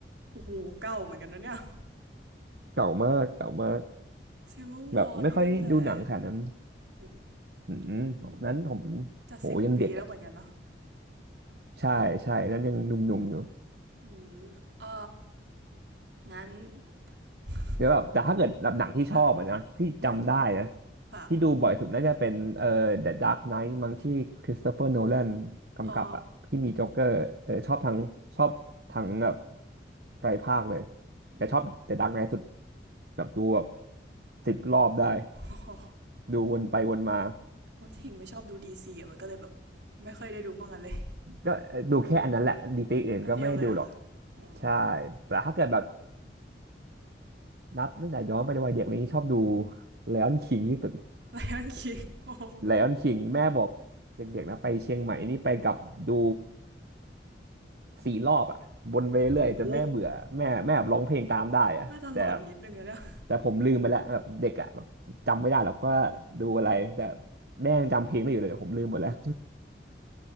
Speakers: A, on the right; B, on the right.
A: โอ้โหเก่าเหมือนกันนะเนี่ย
B: เก่ามากเก่ามาก
A: ซิลเวอร์วอร์นี่ตั้งแต่
B: แบบไม่ค่อยดูหนังขนาดนั้น
A: โอ้โห
B: อืมผมนั้นผม
A: จะสิบปีแล้วเหมือนกันเนาะ
B: โหยังเด็กอ่ะใช่ใช่นั้นยังหนุ่มๆอยู่
A: อืมเอองั้น <laughs>
B: เดี๋ยวแบบแต่ถ้าเกิดแบบหนังที่ชอบอะนะที่จำได้นะ
A: ค่ะอือค่ะ
B: ที่ดูบ่อยสุดน่าจะเป็นเอ่อ The Dark Knight มั้งที่คริสโตเฟอร์โนแลนกำกับอ่ะที่มีโจ๊กเกอร์เออชอบทั้งชอบทั้งแบบ
A: อ๋อ
B: ไตรภาคเลยแต่ชอบ
A: อืม
B: The Dark Knight สุดแบบดูแบบสิบรอบได้
A: <laughs> โอ้
B: ดูวนไปวนมา
A: เพราะถิงไม่ชอบดูดีซีอะมันก็เลยแบบไม่ค่อยได้ดูพวกนั้นเลย
B: ก็เอ่อดูแค่อันนั้นแหละดีตทอื่นก็ไม่ได้ดูหรอก
A: อันเดียวเลยอะค่ะอ๋อ
B: ใช่แต่ถ้าเกิดแบบนับตั้งแต่ย้อนไปในวัยเด็กนี้ชอบดู Lion King ที่สุด
A: ไลออนคิงโอ้
B: ไลออนคิงแม่บอกเด็กๆนะไปเชียงใหม่นี่ไปกับดูสี่รอบอ่ะวนไปเรื่อยๆจนแม่เบื่อแม่แม่แบบร้องเพลงตามได้อ่ะแต่
A: โหน่าจะหลอนนิดนึงอะเนี่ย
B: แต่ผมลืมไปแล้วแบบเด็กอ่ะแบบจำไม่ได้หรอกว่าดูอะไรแต่
A: อืม
B: แม่ยังจำเพลงได้อยู่เลยแต่ผมลืมหมดแล้ว